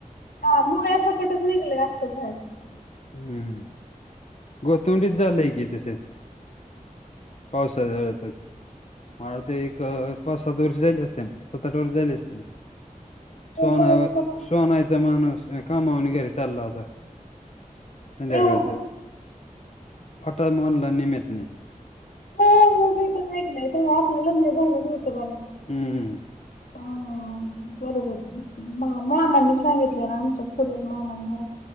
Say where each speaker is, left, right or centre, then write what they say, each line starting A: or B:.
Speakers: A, on the left (about 80°); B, on the left (about 50°).
A: हा मुळे सकटच निघले आखक झाड
B: हम्म गोतंडीत झालंय कि तसे पावसाळतच मला वाटतं ते एक पाच सात वर्ष झाले असते ना सात आठ वर्ष झाले असते ना
A: लय
B: सोन
A: पाऊस पण अस
B: सोनाचा माणूस कामावणी घरी चालला होता. संध्याकाळचा
A: गेला का तो?
B: फाटा मोडला निमित्त
A: हो हो पण ऐकलंय तेव आपलं लग्न झालं नव्हतं बघा
B: हम्म हम्म
A: हा बरोबर मा मामांनी सांगितलेला आमच्या चुलत मामांनाला